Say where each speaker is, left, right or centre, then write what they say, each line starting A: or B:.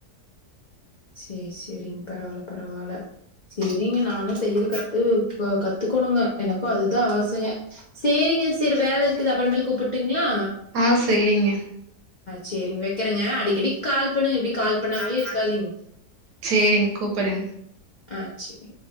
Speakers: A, on the left; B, on the right.
A: சேர் சேர்ரிங் பரவால்ல பரவால்ல ச்சேர்ரிங்க நானு தையல் கத்து கத்துக்கணுங்க எனக்கு அதுதா ஆசங்க சேரிங்க சேர் வேலருக்குது அப்பறமேல் கூப்புட்டுங்களா
B: ஆ சேரிங்க
A: சேரிங் வெக்கறங்க அடிக்கடிக் கால் பண்ணுங்க இப்டி கால் பண்ணாமயேருக்காதீங்
B: சேரிங்க கூப்பரங்
A: அ சேரி